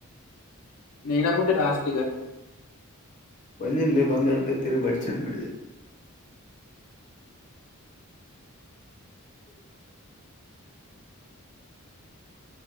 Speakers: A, on the left (about 85°); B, on the left (about 35°).
A: ನ ನ ಮಟೆ ಸಲಿ ಗ
B: ಒಂದಿನಲ್ಲಿ ಬಂದ್ ಆಡ್ತ ತಿರಿ ಬಡ್ ಚೆ ಮಾಡಿದೆ ಸರಿ